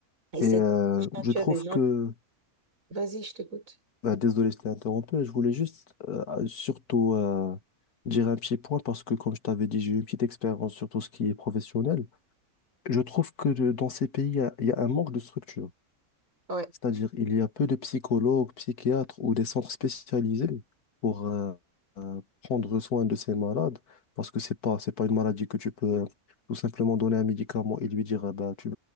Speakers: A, on the right; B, on the left.
A: Et
B: Et
A: c'est
B: euh,
A: dommage quand
B: je
A: tu
B: trouve
A: as des gens
B: que,
A: Vas-y, je t'écoute.
B: bah, désolé, je t'ai interrompu, je voulais juste euh, surtout euh, dire un petit point parce que, comme je t'avais dit, j'ai eu une petite expérience sur tout ce qui est professionnel. Je trouve que de- dans ces pays, il y a il y a un manque de structure.
A: Ouais.
B: C'est-à-dire, il y a peu de psychologues, psychiatres ou des centres spécialisés pour euh, euh, prendre soin de ces malades, parce que c'est pas, c'est pas une maladie que tu peux euh, tout simplement donner un médicament et lui dire, Ah ben, tu,